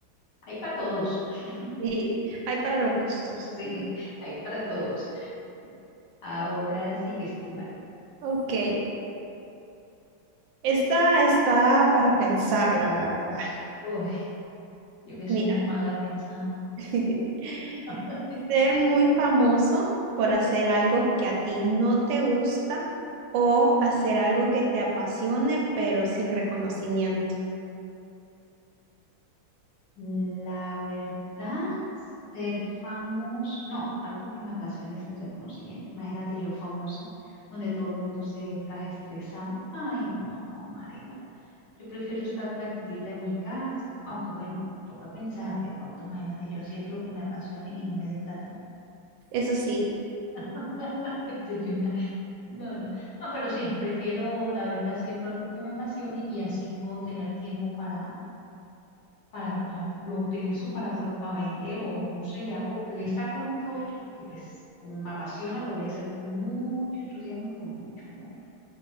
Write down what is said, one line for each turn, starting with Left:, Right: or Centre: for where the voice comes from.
Left: hay para todos, <laughs>
Right: Y hay para los gustos.
Left: sí, hay para todos. Ahora sigues tú, Mari.
Right: Ok, esta está para pensarla, la verdad.
Left: Uy, yo que soy
Right: Mira,
Left: más mala pensando.
Right: <laughs>
Left: <laughs>
Right: ser muy famoso por hacer algo que a ti no te gusta o hacer algo que te apasione pero sin reconocimiento.
Left: La verdad, ser famoso, no, algo que me apasione sin reconocimiento. Imagínate yo famosa, donde todo el mundo se traje estresando. Ay, no, no, Mari, no. Yo prefiero estar tranquilita en mi casa, aunque bueno, toca pensar, de pronto imagínate yo haciendo lo que me apasione y no me dé plata.
Right: Eso sí,
Left: <laughs> Estoy una- No, no, no, pero sí, prefiero la verdad haciendo algo que me apasione y así puedo tener tiempo para, para, o sea, lo utilizo para, para vender o no sé, le hago, le saco algún provecho porque pues como me apasiona lo voy a hacer con mucho entusiasmo y con mucho amor.